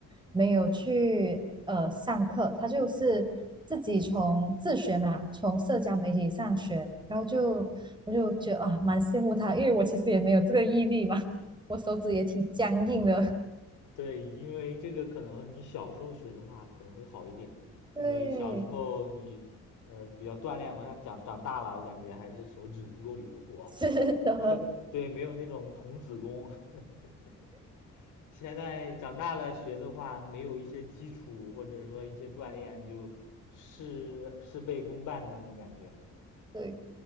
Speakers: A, on the right; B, on the left.
A: 没有去呃上课，他就是自己从自学嘛，从社交媒体上学，然后就我就觉得啊蛮羡慕他，因为我其实也没有这个毅力嘛，我手指也挺僵硬的，
B: 对，因为这个可能你小时候学的话可能会好一点，因为小时候你呃比较锻炼嘛，
A: <laughs> 对，
B: 像长长大了，我感觉还是手指不够灵活，
A: 是的，
B: <laughs> 对，没有那种童子功。<laughs> 现在长大了学的话，没有一些基础或者说一些锻炼，就是事事倍功半的那种感觉。
A: <laughs> 对。